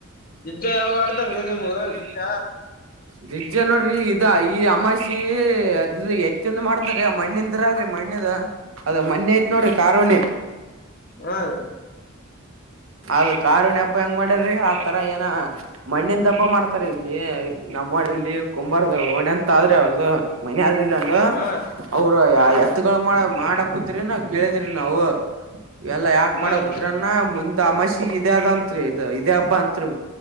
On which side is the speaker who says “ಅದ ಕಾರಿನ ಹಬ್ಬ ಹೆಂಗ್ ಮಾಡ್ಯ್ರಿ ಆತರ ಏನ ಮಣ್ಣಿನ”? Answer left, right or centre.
Right